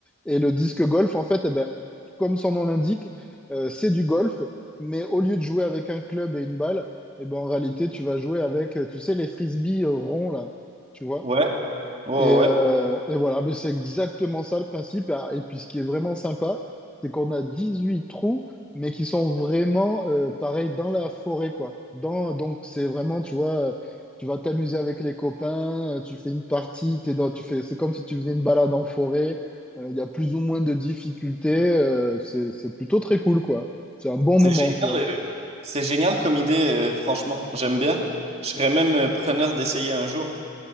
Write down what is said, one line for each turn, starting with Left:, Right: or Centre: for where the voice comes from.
Centre: Et le disque golf, en fait, eh ben, comme son nom l'indique, euh, c'est du golf, mais au lieu de jouer avec un club et une balle, eh ben, en réalité, tu vas jouer avec, euh, tu sais, les frisbees euh, ronds, là, tu vois?
Right: Ouais, ouais,
Centre: Et,
Right: ouais.
Centre: euh, et voilà, mais c'est exactement ça le principe. Ah, Et puis ce qui est vraiment sympa, c'est qu'on a 18 trous, mais qui sont vraiment euh, pareils dans la forêt, quoi. Dans, donc c'est vraiment, tu vois, euh, tu vas t'amuser avec les copains, euh, tu fais une partie, t'es dans, tu fais, c'est comme si tu faisais une balade en forêt. Euh, Il y a plus ou moins de difficultés. euh, c'est, c'est plutôt très cool, quoi. C'est un bon
Right: C'est
Centre: moment,
Right: génial,
Centre: tu vois.
Right: euh, c'est génial comme idée, euh, franchement. J'aime bien. Je serais même euh, preneur d'essayer un jour.